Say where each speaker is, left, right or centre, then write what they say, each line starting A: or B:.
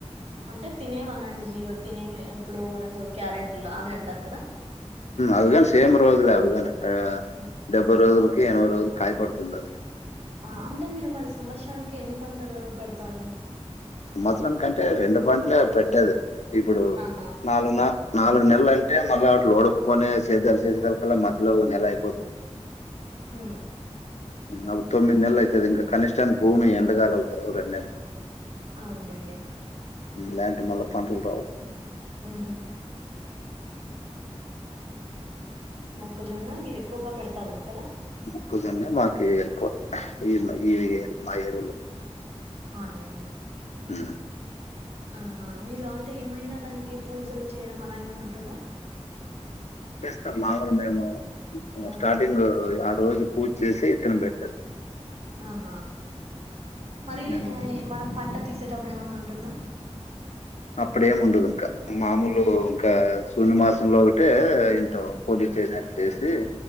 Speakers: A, on the right; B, on the left.
A: అంటే తినేవాన అండి మీరు తినే ఇప్పుడు మనకు క్యారెట్లు అవి అంటారు కదా
B: అవుగాని సేమ్ రోజుల అవుగాని అ
A: ఉమ్,
B: డెబ్బై రోజులకి ఎనవై రోజుల కాయపడుతుంది అది
A: ఆ అంటే మీరు మరి సంవత్సరానికి ఎన్ని పంటలు పెడతారు
B: సంవత్సరం కంటే రెండు పంటలే పెట్టేది ఇప్పుడు
A: ఆహా
B: నాలుగు న నాలుగు నెలలు అ అంటే మళ్ళీ అ ఓడుకొని చేద్ద <unintelligible> కలా మధ్యలో నెల అయిపోత
A: హు
B: అవి తొమ్మిది నెలలు అవుతది ఇంకా కనిష్టాన్ని భూమి ఎండగాలు క రెండు నెలలు
A: అవును లెండి
B: ల్యాండ్ మళ్ళీ పంటలు రావు
A: ఉ మొక్కజొన్న మీరు ఎక్కువగా పెడతారు కద
B: మొక్కజొన్నే మాకు ఎక్కువ ఈ ఈ మా ఏరిలో
A: అవున్లేండి
B: హు
A: ఆహా మీరు అంటే ఏమైనా దానికి పూజలు చేయడం అలా ఏమన్నా ఉంటుంద
B: చేస్తాం మామూలు మేము
A: ఆ
B: స్టార్టింగ్ ఆ రోజు పూజ చేసి ఇత్తనం పెట్టారు
A: ఆహా మరి
B: మేము
A: మనం పంట తీసు టప్పుడు ఏమన్న ఉంటుందా
B: అప్పుడేమి ఉండదు ఇంకా మామూలు
A: ఉమ్
B: ఇంకా శూన్య మాసంలో ఒకటే దీంతో పూజ చేసినట్టు చేసి